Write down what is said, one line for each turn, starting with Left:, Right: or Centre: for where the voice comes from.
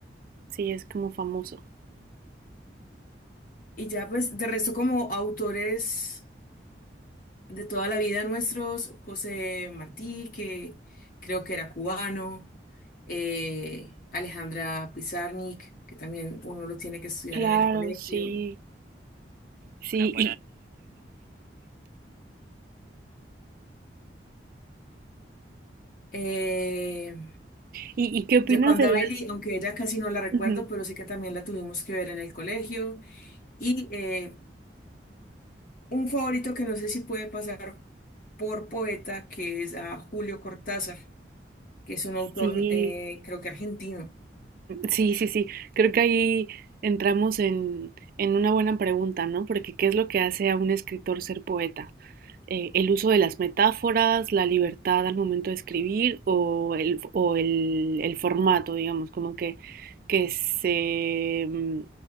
Right: Sí, es como famoso.
Left: Y ya pues, de resto como autores... de toda la vida nuestros, José Martí, que creo que era cubano, eh, Alejandra Pizarnik, que también uno lo tiene que estudiar
Right: Claro,
Left: en el colegio.
Right: sí, sí.
Left: Eh,
Right: ¿Y, y, y qué opinas
Left: Gioconda
Right: de la...
Left: Belli, aunque ella casi no la recuerdo,
Right: Ujú.
Left: pero sé que también la tuvimos que ver en el colegio. Y eh, un favorito que no sé si puede pasar por poeta, que es a Julio Cortázar, que es un autor,
Right: Sí,
Left: eh, creo que argentino.
Right: Sí, sí, sí. Creo que ahí entramos en, en una buena pregunta, ¿no? Porque ¿qué es lo que hace a un escritor ser poeta? Eh, ¿el uso de las metáforas, la libertad al momento de escribir o el, o el, el formato, digamos, como que, que se, mm,